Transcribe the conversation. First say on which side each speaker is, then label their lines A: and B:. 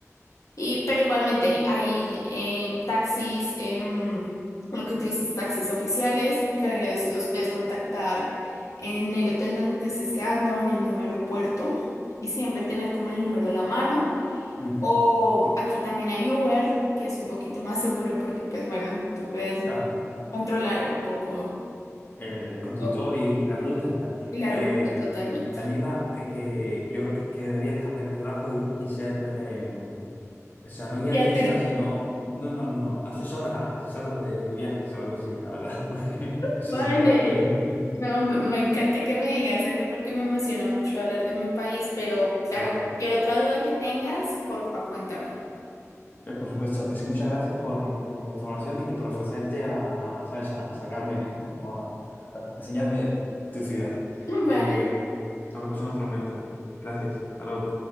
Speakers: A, on the left; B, on the left.
A: Y, pero igualmente hay em, taxis, em, lo que tú dices, taxis oficiales, que a veces los puedes contactar en el hotel donde te estés quedando, en el mismo aeropuerto, y siempre tener como el número a la mano.
B: Ujú,
A: O aquí también hay Uber, que es un poquito más seguro porque, pues bueno, tú puedes
B: Claro, claro.
A: controlar un poco
B: El, el conductor
A: todo
B: y, y la ruta y tal.
A: y la
B: Eh,
A: ruta totalmente.
B: Daniela, eh, que yo creo que, que deberías cambiar de trabajo y, y ser, eh, o sea, no guía
A: Ya,
B: turista, sino, no, no, no, no, asesora, asesora de, de viajes o algo así, la verdad, <laughs> porque eso
A: Vale.
B: se te da muy bien.
A: No, me, me encanta que me digas eso porque me emociona mucho hablar de mi país, pero claro,
B: Qué guay.
A: cualquier otra duda que tengas, porfa, cuéntame.
B: Eh, Por supuesto, sí, muchas gracias por, por la información y por ofrecerte a, a, ¿sabes? a, a sacarme o, o a, a enseñarme de, de tu ciudad.
A: <laughs> Vale.
B: Eh, hablamos en otro momento. Gracias, hasta luego.